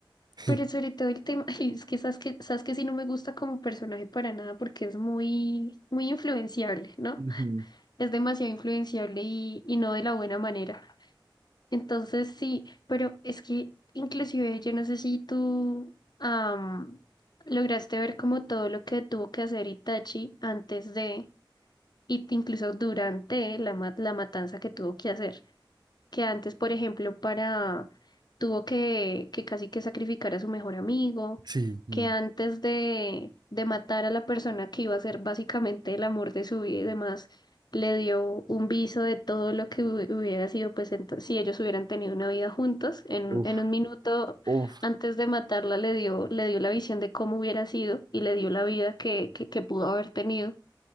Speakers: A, on the right (about 55°); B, on the left (about 55°).
A: <laughs>
B: pero sobre todo el tema, <laughs> ay, es que sabes que, sabes que sí no me gusta como personaje para nada porque es muy, muy influenciable, ¿no?
A: Ujú,
B: Es demasiado influenciable y, y no de la buena manera. Entonces sí, pero es que inclusive yo no sé si tú am, lograste ver como todo lo que tuvo que hacer Itachi antes de, y incluso durante la, ma- la matanza que tuvo que hacer que antes, por ejemplo, para tuvo que, que casi que sacrificar a su mejor amigo,
A: Sí, mm,
B: que antes de, de matar a la persona que iba a ser básicamente el amor de su vida y demás, le dio un viso de todo lo que hu- hubiera sido, pues ento- si ellos hubieran tenido una vida juntos, en,
A: uf,
B: en un minuto
A: uf,
B: antes de matarla le dio, le dio la visión de cómo hubiera sido y le dio la vida que, que, que pudo haber tenido.